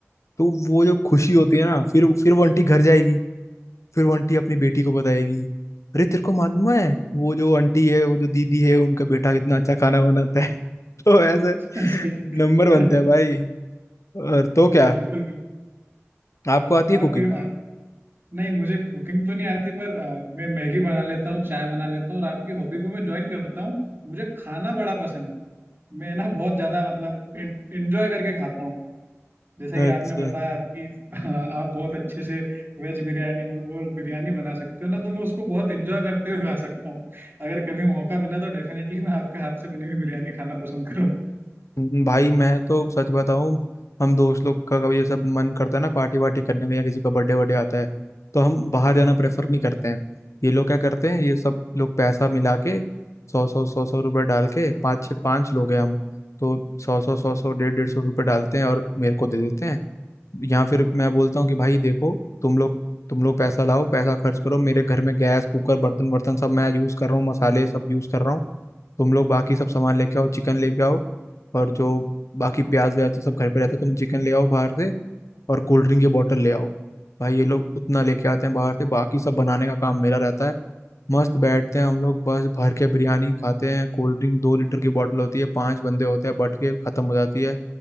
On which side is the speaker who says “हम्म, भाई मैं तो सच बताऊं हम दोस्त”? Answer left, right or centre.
Left